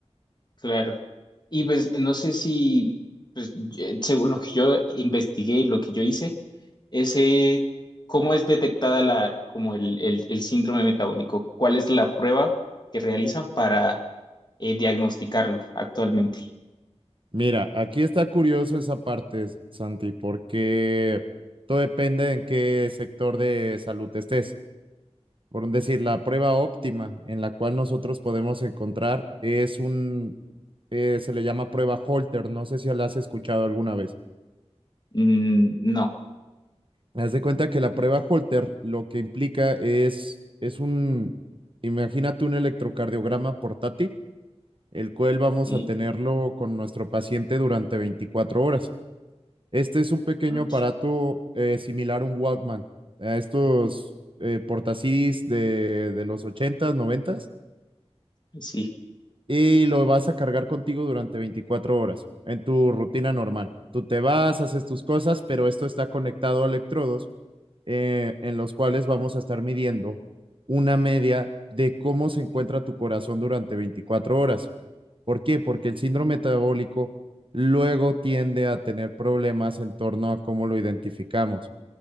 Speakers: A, on the left; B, on the right.
A: Claro. Y pues no sé si, pues ye- según lo que yo investigué y lo que yo hice, ese, ¿cómo es detectada la, como el, el, el síndrome metabólico? ¿Cuál es la prueba que realizan para eh, diagnosticarlo actualmente?
B: Mira, aquí está curioso esa parte, S- Santi, porque todo depende de en qué sector de salud estés. por decir, la prueba óptima en la cual nosotros podemos encontrar es un, eh, se le llama prueba Holter, no sé si la has escuchado alguna vez.
A: Mm, no.
B: Haz de cuenta que la prueba Holter lo que implica es, es un, imagínate un electrocardiograma portátil, el cual vamos
A: Sí,
B: a tenerlo con nuestro paciente durante 24 horas. Este es un pequeño
A: ok.
B: aparato eh, similar a un Walkman, a estos eh, portacidis de, de los ochentas noventas
A: Sí,
B: y lo vas a cargar contigo durante 24 horas en tu rutina normal. Tú te vas, haces tus cosas, pero esto está conectado a electrodos eh, en los cuales vamos a estar midiendo una media de cómo se encuentra tu corazón durante 24 horas. ¿Por qué? Porque el síndrome metabólico luego tiende a tener problemas en torno a cómo lo identificamos.